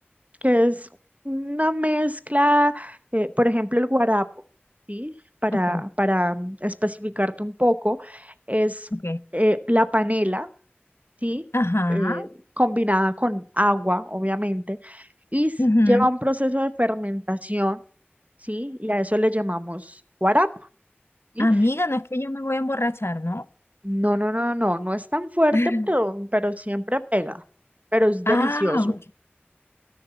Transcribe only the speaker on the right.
Que es una mezcla, eh, por ejemplo, el guarapo, ¿sí? Para,
para especificarte un poco, es
eh, la panela, ¿sí?
Eh, combinada con agua, obviamente, y s-
lleva un proceso de fermentación, ¿sí? Y a eso le llamamos guarapo. ¿sí?
No, no, no, no, no es tan fuerte,
pero, pero siempre pega. Pero es delicioso,